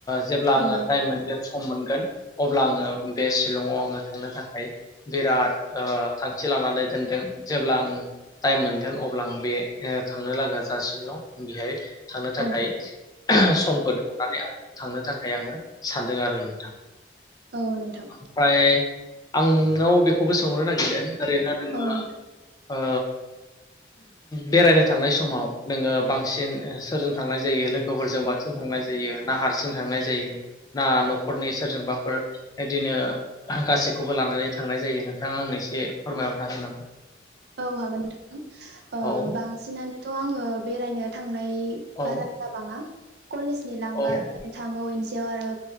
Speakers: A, on the left; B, on the right.
A: जेब्ला आङो
B: औ नोंथां औ नोंथां
A: टाइम मोनगोन सम मोनगोन अब्ला आङो बे शिलंयाव आङो थांनो थाखाय बिराद थांखि लानानै दोनदों। जेब्ला आं टाइम मोनगोन अब्ला आं बे थांनो लागा जाासिनो दं। बेहाय थांनो थाखाय
B: औ
A: समखौ दिहुनानै आ थांनो थाखाय आङो सानदों आरो नोंथां
B: औ नोंथां
A: ओमफाय आं नोंनाव बेखौबो सोंहरनो नागिरदों ओरैनो नोङो
B: औ नोंथां
A: ओ बेरायनो थांनाय समाव नोङो बांसिन सोरजों थांनाय जायो लोगोफोरजों बांसिन थांनाय जायो ना हारसिं थांनाय जायो ना न'खरनि सोरजोंबाफोर बिदिनो गासैखौबो लानानै थांनाय जायो नोंथाङा आंनो एसे फोरमायहरनो हागोन नामा।
B: औ हागोन नोंथां ओ
A: औ
B: बांसिनानो थ' आङो बेरायनो थाङो। थांनाय
A: औ
B: बारा जाबाङा कलेज सिंनि लांबा
A: औ
B: बेरायनो थाङो। याव आरो